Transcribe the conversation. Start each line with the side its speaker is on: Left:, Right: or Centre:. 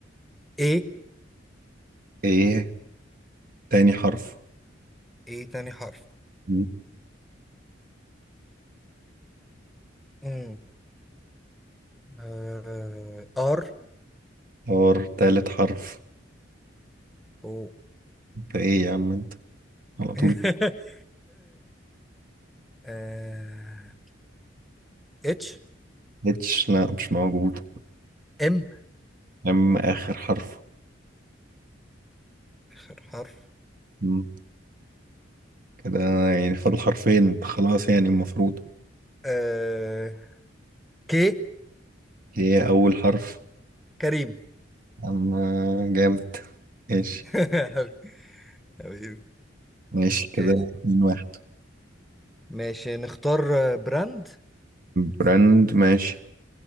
Centre: ايه
Right: ايه تاني حرف
Centre: ايه تاني حرف
Right: مم.
Centre: مم. آه. ار
Right: اور تالت حرف
Centre: او
Right: انت ايه يا عم انت على طول
Centre: <laughs> آه. اتش
Right: اتش لا مش موجود
Centre: ام
Right: يا عم آخر حرف
Centre: اخر حرف
Right: مم. كده يعني فاضل حرفين انت خلاص يعني المفروض
Centre: آه كي
Right: هي أول حرف
Centre: كريم
Right: أما جامد ماشي
Centre: <laughs> ماشي حبيبي حبيبي.
Right: ماشي كده
Centre: آه،
Right: اتنين واحد
Centre: ماشي نختار آه، براند
Right: براند ماشي